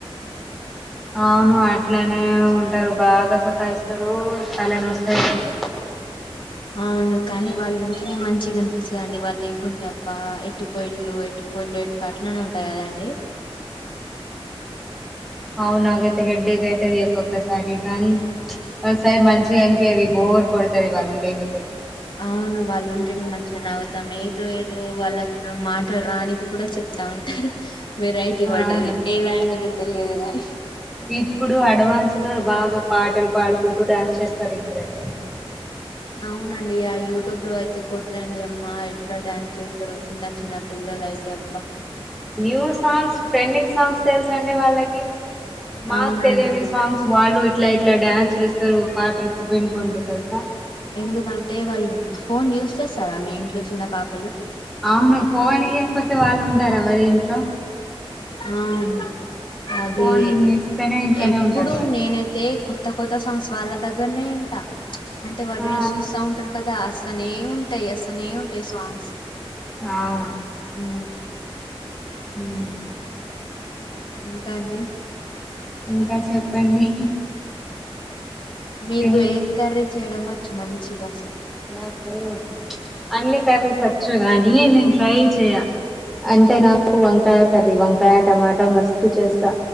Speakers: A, in the centre; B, on the left (about 55°).
A: అవును అట్లనే ఉంటరు బాగా సతా ఇస్తరు తల నొస్తది నాకైతే
B: అవును కానీ వాళ్ళుంటేనే మంచిగ అన్పిస్తదండి వాళ్ళు లేకుంటే అబ్బా ఎటు పోయిన్లు ఎటు పొయిన్లో ఎటు అట్లనే ఉంటద్ కదండి.
A: అవు నాకైతే హెడ్డేక్ అయితది ఒక్కొక్కసారి కానీ ఒకసారి మంచిగ అనిపీది బోర్ కొడతది వాళ్ళు లేకపోతే
B: అవును వాళ్ళుంటెనే మంచిగ నవ్వుతం ఏదో ఏదో వాళ్ళక్ మాటల్ రానిది కూడా చెప్ ప్తా ఉంటారు వెరైటీ వర్డ్
A: అవును
B: అది ఏ లాంగ్వేజో తెలియదు గని
A: ఇప్పుడు అడ్వాన్స్ ఉన్నరు బాగా పాటల్ పాడుకుంటూ డాన్స్ చేస్తరు ఇప్పుడైతే
B: అవునండి ఆ యు ట్యూబ్లో అయితే కొట్టండి అమ్మా ఎట్లా డ్యాన్స్ చేస్తరో చిన్న చిన్న పిల్లలైతే అబ్బా
A: న్యూ సాంగ్స్ ట్రెండింగ్ సాంగ్స్ తెల్సండి వాళ్ళకి మాక్
B: అవునండి
A: తెలియని సాంగ్స్ వాళ్ళు ఇట్లా ఇట్లా డ్యాన్స్ చేస్ స్తరు పాటల్ బెన్కుంటు తెల్సా
B: ఎందుకంటే వాళ్ళు ఫోన్ యూజ్ చేస్తారా మీ ఇంట్లో చిన్న పాప్
A: అవును ఫోన్ ఇయ్వకపోతే వాళ్ళు ఉంటరా మరి ఇంట్లో
B: ఆ ఉ అదీ
A: ఫోన్ ఇస్తేనే ఇంట్లోనే
B: ఎప్పుడు
A: ఉంటారు వాళ్ళు
B: నేనైతే కొ త్త కొత్త సాంగ్స్ వాళ్ళ దగ్గర్నే ఇంట అంటే వాళ్ళు
A: ఆ
B: రీల్స్ చూస్తా ఉంటరు కదా స్తనే ఉంటయి అస్తనే ఉంటయి సాంగ్స్
A: అవును
B: మ్
A: హ్
B: ఇంకా అండి.
A: ఇంకా చెప్పండి
B: మీకు
A: తిని
B: ఏ కర్రీ చేయడం అచ్చు మంచిగ
A: నాకు అన్ని కర్రీసచ్చు గానీ నేను ట్రై చేయ అంటే నాకు వంకాయ కర్రీ వంకాయ, టమాటా మస్త్ చేస్తా.